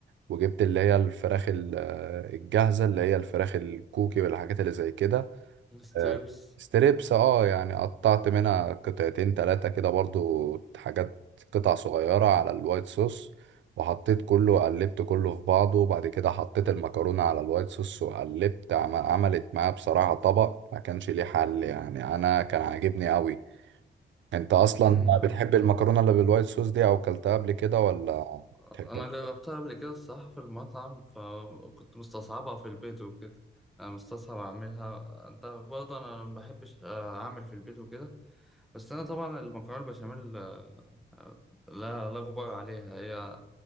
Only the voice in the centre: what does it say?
ستيبس
أمم،
أنا
جربتها قبل كده الصراحة في المطعم فكنت مستصعبها في البيت وكده أنا مستصعب أعملها أنت برضه أنا ما بحبش أعمل في البيت وكده بس أنا طبعا المكرونة البشاميل آه، آه، لا لا غبار عليها هي